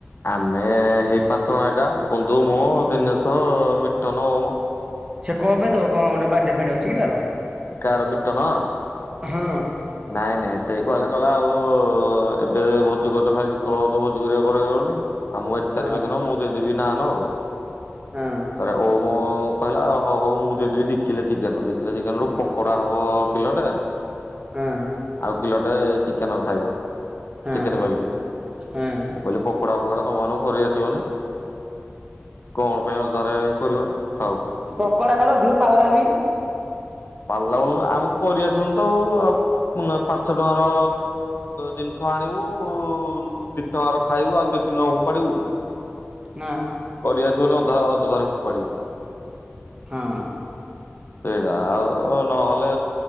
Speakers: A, on the left; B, on the right.
A: ଆମେ ହେଇ ପାଞ୍ଚ ଜଣ ଏକା ବନ୍ଧୁ ମୋ
B: ଓ
A: ଦିନେଶ, ମିଟନ, ଓମ।
B: ସେ କଣ ପାଇଁ ଦବ କଣ ଗୋଟେ ବାଡେ ଫାଡେ ଅଛି କି ତାର?
A: କାର ମିଟନ?
B: ହଁ।
A: ନାଇଁ ନାଇଁ ସେଇ କଇଲା କଇଲା ଆଉ ଏବେ ଭୋଜି କରୁଚ ଖାଇ ବିକଳ ହଉଚ ଭୋଜି କରିବା କରିବା ବୋଲି। ଆଉ ମୁଁ ଏକ
B: ହଁ
A: ତାରିଖ ଦିନ ମୁଁ ଦେଇଦେବି ନାନ ଆଉ
B: ହଁ
A: ତାର ଓ ମୁଁ କହିଲା ହଉ ହଉ ମୁଁ ଦେଇଦେବି ଦି କିଲେ ଚିକେନ ଦିକିଲେ ଚିକେନ ରୁ
B: ହଁ
A: ପକୋଡା ହବ କିଲଟେ
B: ହଁ
A: ଆଉ କିଲଟେ ଚିକେନ ଖାଇବା।
B: ହଁ
A: ଚିକେନ କରିକି
B: ହଁ
A: ମୁଁ କହିଲି ପ ପକଡା ଫକଡା ତମମାନଙ୍କୁ କରି ଆସିବନି କଣ ପାଇଁ ଅଧାରେ କରିବ। ଥାଉ
B: ପକଡା କଲ ଅଧିକ ପାଲା ବି
A: ପାଲା ବୋଲି ନା ଆମକୁ କରି ଆସିବନି ତ ଆଉ ଆଉ। ମୁଁ ନା ପାଞ୍ଚ ଟଙ୍କାର ଜିନିଷ ଆଣିବୁ ଦି ଟଙ୍କାର ଖାଇବୁ। ଆଉ କେତିନି ଓପାଡିବୁ କି?
B: ନା।
A: କରି ଆସିବନି ଅଧା ଅଯଥାରେ ଫୋପାଡିବୁ।
B: ହଁ।
A: ସେଇଟା ଆଉ ନହେଲେ